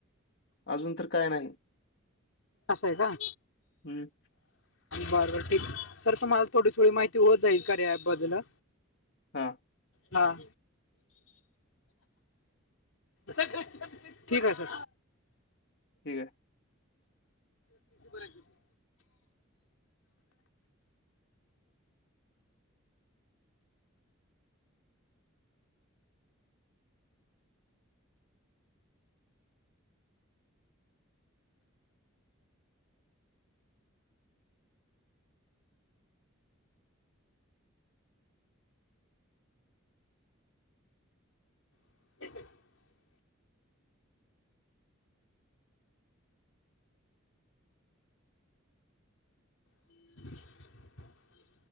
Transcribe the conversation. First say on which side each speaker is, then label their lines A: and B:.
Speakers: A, on the left; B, on the left.
A: अजून तर काय नाही
B: अस ए कां.
A: हम्म.
B: बर बर ठीक आहे सर तुम्हाला थोडी थोडी माहिती होत जाईल कार्या ॲप बद्दल आ.
A: हा.
B: हा सगळं छान ठीक आहे सर.
A: ठीक ए.
B: किती <unintelligible> <unintelligible> <inaudible>